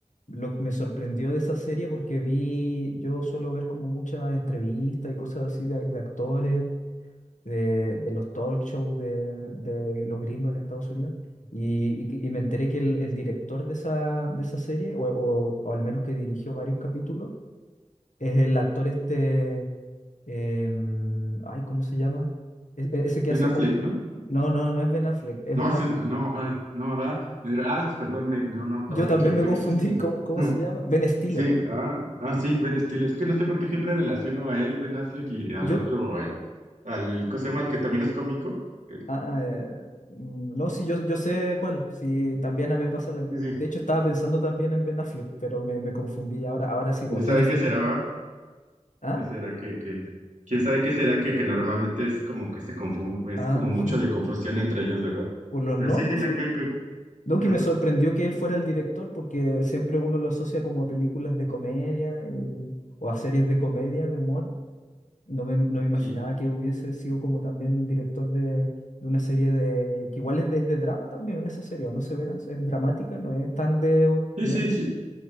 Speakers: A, on the left (about 85°); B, on the right (about 80°).
A: lo, me sorprendió de esa serie porque vi, yo suelo ver como muchas entrevistas y cosas así de, de actores, de, de los talk shows de, de los gringos en Estados Unidos. Y, y- que- y me enteré que el, el director de esa, de esa serie, o, o- o al menos que dirigió varios capítulos, es el actor este, em, ay, ¿cómo se llama? E- e- ese que
B: Ben
A: hace
B: Affleck,
A: como...
B: ¿no?
A: No, no, no es Ben Affleck, es
B: No,
A: una...
B: ese no, no, ay, no, da. Era- Ay, perdón, me, no, no,
A: Yo
B: perdón,
A: también
B: me equivoqué.
A: me confundí,
B: Ese es-
A: <laughs> ¿cómo, cómo
B: <laughs>
A: se llama? Ben Stiller.
B: Sí, ah, ah, sí, Ben Stiller. Es que no sé por qué siempre relaciono a él, Ben Affleck, y al
A: Yo...
B: otro, al, al, ¿cómo se llama? El que también es cómico. Eh,
A: ah, ah, eh, mm, no, sí, yo, yo sé cuál. Sí, también ah, me pasa. la- De
B: Sí, sí.
A: hecho, estaba pensando también en Ben Affleck, pero me, me confundí. Ahora, ahora sí, vos,
B: ¿Quién sabe
A: Ben Stiller.
B: qué será, va?
A: Ah,
B: ¿Qué será que, que, quién sabe qué será que, que normalmente es como que se confunde, es
A: ah,
B: como mucho
A: sí,
B: de confusión entre ellos, ¿verdad?
A: por los
B: Pero
A: nombres
B: sí, dime
A: era.
B: que, que,
A: No,
B: ajá,
A: que me sorprendió que él fuera el director porque siempre uno lo asocia como a películas de comedia y- o a series de comedia, de humor. No me, no me imaginaba
B: sí.
A: que hubiese sido como también un director de, de una serie de... que igual es de, es de drama también en esa serie, ¿o ¿no se verán? Es dramática, no es tan de...
B: Sí,
A: no
B: sí,
A: es-
B: sí,